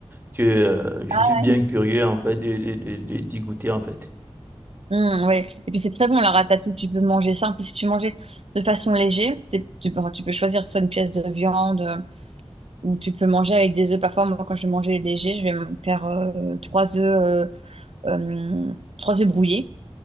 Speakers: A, on the right (about 20°); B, on the right (about 65°).
A: que euh, je
B: Ah,
A: suis bien curieux en fait de, de, de- de- d'y goûter en fait.
B: hum, ouais. Et puis c'est très bon, la ratatouille. Tu peux manger simple. Puis si tu manges de façon légère, t'es- tu, peux enfin, tu peux choisir soit une pièce de viande euh, ou tu peux manger avec des œufs. Parfois, moi, quand je vais manger léger, je vais me faire euh, trois œufs, euh, euh, trois œufs brouillés